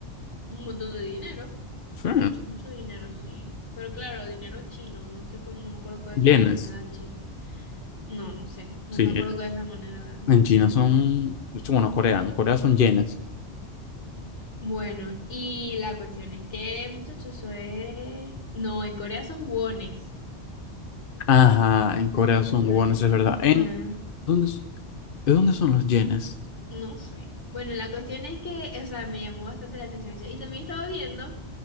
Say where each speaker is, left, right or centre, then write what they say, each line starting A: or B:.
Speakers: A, on the left; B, on the left.
A: Un montón de dinero.
B: Sí,
A: Mucho, mucho dinero, sí. Pero claro, dinero chino, no sé cómo, no me acuerdo cuál
B: yenes.
A: es la moneda china. No, no sé, no
B: Sí,
A: me acuerdo cuál es la moneda
B: en China
A: china.
B: son, bueno, Corea, en Corea son yenes.
A: Bueno, y la cuestión es que, muchachos, eso es... No, en Corea son wones.
B: Ajá, en Corea son
A: Ajá,
B: wones, es verdad.
A: ajá,
B: En, ¿dónde, s- ¿de dónde son los yenes?
A: no sé. Bueno, la cuestión es que, o sea, me llamó bastante la atención eso. Y también estaba viendo